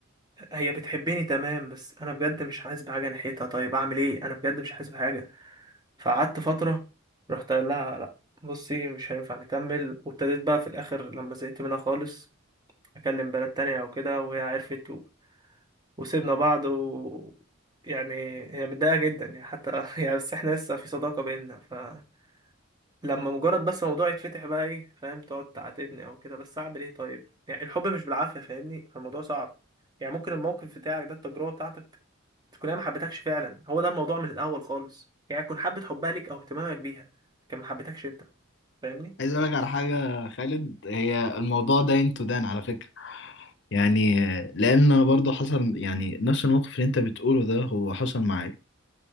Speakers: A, on the right (about 20°); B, on the left (about 60°).
A: هي بتحبني تمام بس انا بجد مش حاسس بحاجه ناحيتها طيب اعمل ايه انا بجد مش حاسس بحاجه فقعدت فتره رحت قايل لها لا بصي مش هينفع نكمل وابتديت بقى في الاخر لما زهقت منها خالص اكلم بنات تانية او كده وهي عرفت و... وسيبنا بعض و يعني هي متضايقه جدا يعني حتى <laughs> يعني بس احنا لسه في صداقه بينا فلما مجرد بس موضوع يتفتح بقى ايه فاهم تقعد تعاتبني او كده بس اعمل ايه طيب يعني الحب مش بالعافيه فاهمني فالموضوع صعب يعني ممكن الموقف بتاعك ده التجربة بتاعتك تكون هي ما حبتكش فعلا هو ده الموضوع من الاول خالص يعني تكون حبة حبها ليك او اهتمامك بيها كان ما حبتكش انت فاهمني
B: عايز اقول لك على حاجة يا خالد هي الموضوع ده انتو دان على فكرة يعني آه، لان انا برضو حصل يعني نفس الموقف اللي انت بتقوله ده هو حصل معايا